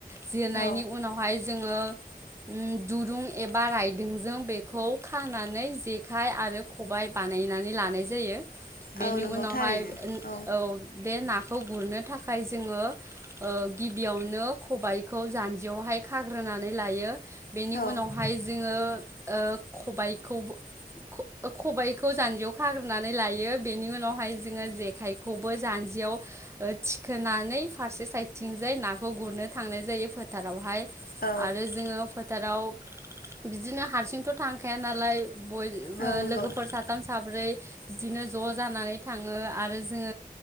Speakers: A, on the right (about 20°); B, on the left (about 75°).
A: जिरनायनि
B: औ
A: उनावहाय जोंङो ओम। दुरुं एबा रायदोंजों बेखौ खानानै जेखाइ आरो खबाइ बानायनानै लानाय जायो दु बेनि
B: औ नंगौ
A: उनावहाय
B: थारैनो
A: ओन
B: औ
A: बे नाखौ गुरनो थाखाय जोङो ओ गिबियावनो खबाइखौ जान्जियावहाय खाग्रोनानै लायो। बेनि
B: औ
A: उनावहाय जोङो ओ खबायखौबो ख-खबायखौ जान्जियाव खाग्रोनानै लायो बेनि उनावहाय जोंङो जेखाय खौबो जान्जियाव थिखोनानै फारसे साइदथिंजाय नाखौ गुरनो थांनाय जायो फोथारावहाय।
B: औ
A: आरो जोङो फोथाराव बिदिनो हारसिंथ' थांखाया नालाय बयबो
B: औ नंगौ
A: लोगोफोर साथाम साब्रै बिदिनो ज' जानानै थाङो आरो जोङो